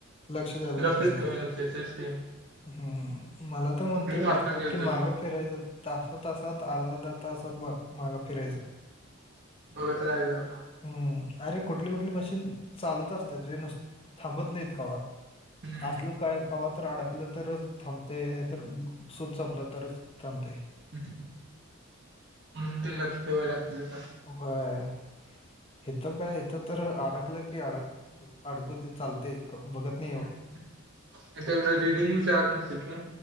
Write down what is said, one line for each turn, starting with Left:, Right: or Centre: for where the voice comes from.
Left: लक्ष द्यायला
Right: जास्तच
Left: लागते लई
Right: <unintelligible>
Left: हम्म, मला तर म्हणतोय मास्टर
Right: आता गेलतो
Left: की, माग फिरायचं. तास तासात अर्धा अर्धा तासात बघ, मागं फिरायचं
Right: बघत रायच आता
Left: हम्म, अरे कुठली कुठली मशीन, चालत असत्यात रे, नुस थांबत नाहीत कवा
Right: बाबा
Left: असल. काय, कवा तर अडकलं तरच थांबतय. नायतर सुत सपलं तरच थांबतय.
Right: हूं हूं म्हणून ते लक्ष ठेवाय लागत जरा
Left: व्हय. इथं काय इथं तर अडकलं की अडक म अडकू दे चालतय कोण बगत न
Right: हम्म, त्यात एवढ रीडिंग विचारत नसतील काय?